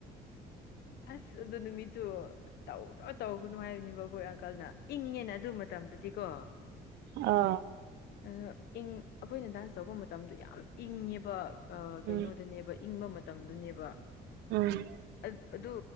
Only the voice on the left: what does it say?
ꯑꯁ ꯑꯗꯨ ꯑꯗꯨꯅꯃꯤꯠꯇꯨ ꯇꯧ꯭ꯔꯣ ꯇꯧꯒꯅꯨ ꯍꯥꯏꯕꯅꯦꯕ ꯑꯩꯈꯣꯏ ꯑꯪꯀꯜꯅ ꯏꯪꯉꯦꯅ ꯑꯗꯨ ꯃꯇꯝꯗꯗꯤꯀꯣ
ꯑꯗꯣ ꯏꯪ ꯑꯩꯈꯣꯏꯅ ꯗꯥꯟꯁ ꯇꯧꯕ ꯃꯇꯝꯗꯨ ꯌꯥꯝ ꯌꯥꯝ ꯏꯪꯉꯦꯕ ꯀꯩꯅꯣꯗꯅꯦꯕ
ꯏꯪꯕ ꯃꯇꯝꯗꯨꯅꯦꯕ
ꯑꯗꯨ ꯑꯗꯨ